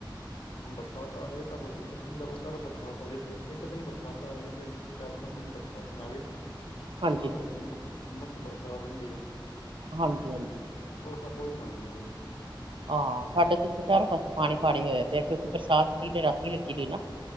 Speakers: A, on the left; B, on the right.
A: ਹੁਣ ਬਰਸਾਤ ਆਵੇ ਤਾਂ ਕੋਈ ਦਿੱਕਤ ਨੀ ਲਗਾਤਾਰ ਬਰਸਾਤ ਆ ਜੇ ਤੇ ਇੱਕ ਦਿਨ ਬਰਸਾਤ ਆ ਜੇ ਤ ਚਾਰ-ਪੰਜ ਦਿਨ ਬਰਸਾਤ ਨਾ ਆਵੇ,
B: ਹਾਂਜੀ
A: ਉਸ ਨਾਲ ਹੁੰ ਹੁੰਮਸ ਬਰਕਰਾਰ ਰਹਿੰਦੀ ਏ।
B: ਹਾਂਜੀ-ਹਾਂਜੀ।
A: ਓਦਾ ਕੋਈ ਹਾਲ ਨੀ।
B: ਹਾਂ, ਸਾਡੇ ਤੇ ਏਥੇ ਚਾਰੋਂ ਪਾਸੇ ਪਾਣੀ-ਪਾਣੀ ਹੋਇਆ ਪਿਆ ਕਿਉਂਕਿ ਬਰਸਾਤ ਦਿਨ-ਰਾਤੀ ਲੱਗੀ ਰਹੀ ਨਾ।